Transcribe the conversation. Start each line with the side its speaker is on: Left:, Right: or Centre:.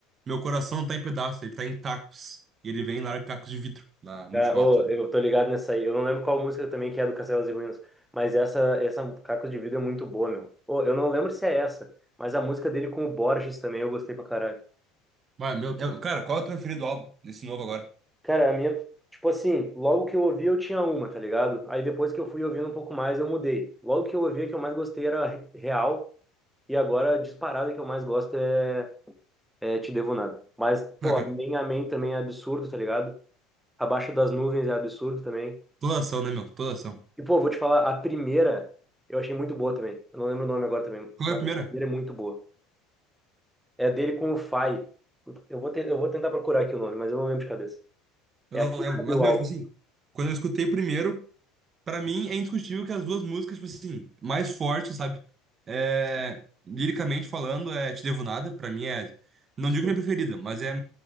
Right: Meu coração não tá em pedaços, ele tá em tacos. E ele vem e larga cacos de vidro na, no
Centre: Cara,
Right: último
Centre: ô,
Right: álbum, sabe?
Centre: eu tô ligado nessa aí. Eu não lembro qual música também que é do Castelos e Ruínas, mas essa, essa Cacos de Vidro é muito boa, meu. Ô, eu não lembro se é essa, mas a música dele com o Borges também eu gostei pra caralho.
Right: Mas, meu, eu- cara, qual é o teu preferido álbum desse novo agora?
Centre: Cara, a minha, tipo assim, logo que eu ouvi eu tinha uma, tá ligado? Aí depois que eu fui ouvindo um pouco mais eu mudei. Logo que eu ouvi a que eu mais gostei era Real E agora, a disparada que eu mais gosto é, é Te Devo Nada. Mas, pô,
Right: Ah, cara,
Centre: Amém, é Amém também é absurdo, tá ligado? Abaixo das Nuvens é absurdo também.
Right: toda ação, né, meu? Toda ação.
Centre: E, pô, vou te falar, a primeira eu achei muito boa também. Eu não lembro o nome agora também,
Right: Qual
Centre: mas
Right: é a primeira?
Centre: a primeira é muito boa. É dele com o Fai. Eu vou, te- eu vou tentar procurar aqui o nome, mas eu não lembro de cabeça.
Right: Eu
Centre: É
Right: não
Centre: aqui
Right: lembro.
Centre: que abre
Right: Mas,
Centre: o
Right: meu,
Centre: álbum.
Right: tipo assim, quando eu escutei primeiro. Pra mim, é indiscutível que as duas músicas, tipo assim, mais fortes, sabe? É, liricamente falando, é Te Devo Nada. Pra mim é. Não digo
Centre: Sim,
Right: minha preferida, mas é a